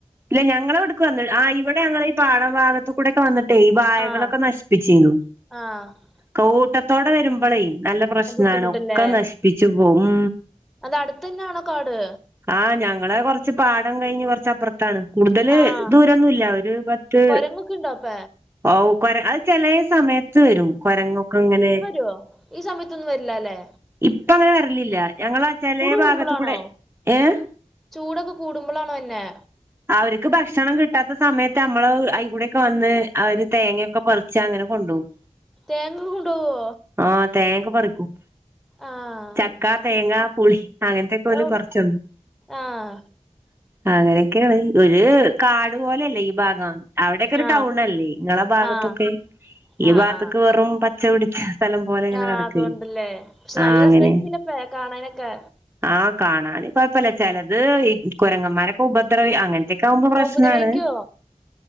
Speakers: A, on the right (about 20°); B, in the centre.
A: ഇല്ല ഞങ്ങളെ ഇവിടുക്ക് വന്ന ആ ഇവിടെ ഞങ്ങളെ ഈ പാടം ഭാഗത്ത് കൂടെ ഒക്കെ വന്ന ഈ വായകളൊക്കെ
B: ആഹ്
A: നശിപ്പിച്ചേനു
B: ആഹ്
A: കൂട്ടത്തോടെ വരുമ്പളേ നല്ല പ്രശ്നാണ്
B: ബുദ്ധിമുട്ടല്ലേ
A: ഒക്കെ നശിപ്പിച്ചു പോകും
B: അത് അടുത്തന്നാണോ കാട്
A: ആഹ് ഞങ്ങടെ കൊറച്ച് പാടം കഴിഞ്ഞ് കൊറച്ചപ്പുറത്താണ് കൂടുതല്
B: ആഹ്
A: ദൂരൊന്നുംല്ല ഒരു പത്ത്
B: കൊരങ്ങൊക്കെ ഉണ്ടോ അപ്പ
A: ഓ കൊര അത് ചെല സമയത്ത് വരും കൊരങ്ങൊക്കെ ഇങ്ങനെ
B: രുവോ ഈ സമയത്തൊന്നും വരില്ലാല്ലേ
A: ഇപ്പ അങ്ങനെ വരലില്ല ഞങ്ങള ചലേ
B: കൂടുമ്പളാണോ
A: ഭാഗത്ത് കൂടെ ഏഹ്
B: ചൂടൊക്കെ കൂടുമ്പോളാണോ വര്‌നേ
A: അവർക്ക് ഭക്ഷണം കിട്ടാത്ത സമയത്ത് നമ്മള് അയ്കൂടെക്കെ വന്ന് അവര് തേങ്ങയൊക്കെ പറി ച്ചാ അങ്ങനെ കൊണ്ടോവും.
B: തേങ്ങൊക്ക കൊണ്ടോവോ?
A: ആഹ് തേങ്ങക്കെ പറിക്കും.
B: ആഹ്
A: ചക്ക തേങ്ങ പുളി അങ്ങനത്തെക്കെ ഓല്
B: ഔ
A: പർച്ചൊ <unintelligible>
B: ആഹ്
A: അങ്ങനെയൊക്കേണ്. ഒരു കാട് പോലെയല്ലേ ഈ ഭാഗം അവിടൊക്കെ ഒരു
B: ആഹ്
A: ടൗണല്ലേ ഇങ്ങളെ ഭാഗത്തൊക്കെ.
B: ആഹ്
A: ഈ
B: ആഹ്
A: ഭാഗത്തക്ക്
B: ആഹ്
A: വെറും പച്ച പിടിച്ച സ്ഥലം പോലെ ഇങ്ങനെ
B: ആഹ്
A: കിടക്കല്ലേ
B: അതൊണ്ടല്ലേ പക്ഷെ നല്ല
A: ആഹ് അങ്ങനെ
B: രസായിരിക്കില്ലപ്പ കാണാനൊക്കെ
A: ആഹ് കാണാന് കൊഴപ്പല്ല. ചെലത് ഈ കുരങ്ങമാരെക്കെ ഉപദ്രവി അങ്ങന ഇതെക്കെ ആവുമ്പോ
B: ഓ,
A: പ്രശ്നാണ്.
B: ഉപദ്രവിക്കോ